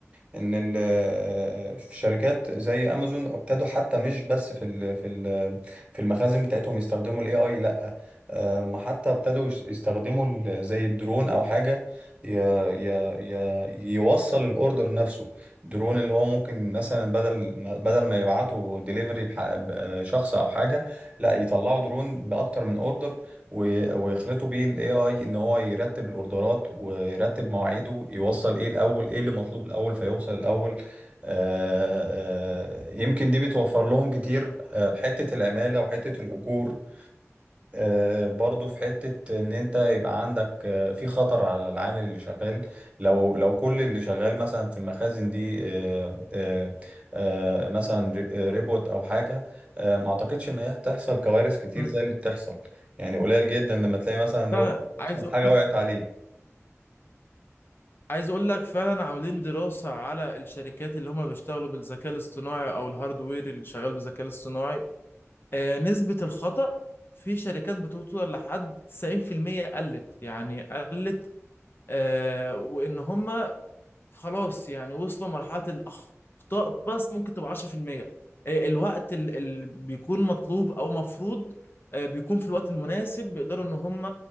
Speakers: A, on the right (about 25°); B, on the left (about 45°).
A: ان ال في شركات زي امازون ابتدوا حتى مش بس في ال في ال في المخازن بتاعتهم يستخدموا الاي اي لا أم، حتى ابتدوا يش- يستخدموا ال- زي الدرون او حاجه ي ي ي يوصل الاوردر نفسه درون اللي هو ممكن مثلا بدل ما- بدل ما يبعتوا ديليفري شخص او حاجه لا يطلعوا درون باكتر من اوردر و- ويخلطوا بيه الاي اي ان هو يرتب الاوردرات ويرتب مواعيده يوصل ايه الاول ايه اللي مطلوب الاول فيوصل الاول آه، آه، يمكن دي بتوفر لهم كتير آه، حتة العمالة وحتة الأجور آه، برضو في حتة ان انت يبقى عندك آه، في خطر على العامل اللي شغال لو لو كل اللي شغال مثلا في المخازن دي آه، آه، آه، مثلا ري- آه، ريبوت او حاجة آه، ما اعتقدش ان هي تحصل كوارث كتير
B: م.
A: زي اللي بتحصل يعني قليل جدا لما تلاقي مثلا
B: فعايز
A: روبوت مثلاً
B: أقول
A: حاجة
B: لك
A: وقعت عليه
B: عايز أقول لك فعلا عاملين دراسة على الشركات اللي هما بيشتغلوا بالذكاء الاصطناعي أو الهاردوير اللي شغال بالذكاء الاصطناعي آه، نسبة الخطأ في شركات بتوصل لحد 90% قلت يعني قلت آه، وإن هم خلاص يعني وصلوا مرحلة الأخطاء بس ممكن تبقى 10% آه، الوقت اللي بيكون مطلوب أو مفروض آه، بيكون في الوقت المناسب بيقدروا إن هم